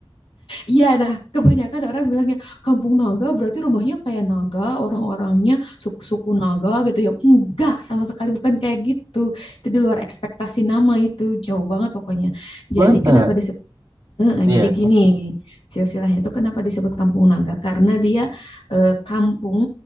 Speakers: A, on the left; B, on the right.
A: Iya, nah kebanyakan orang bilangnya kampung naga berarti rumahnya kayak naga, orang-orangnya suku-suku naga gitu ya. Enggak, sama sekali bukan kayak gitu. Itu di luar ekspektasi nama itu, jauh banget pokoknya.
B: <laughs> Masa?
A: Jadi kenapa disebut Heeh,
B: Iya,
A: jadi gini, silsilahnya itu kenapa disebut Kampung Naga? Karena dia eh, kampung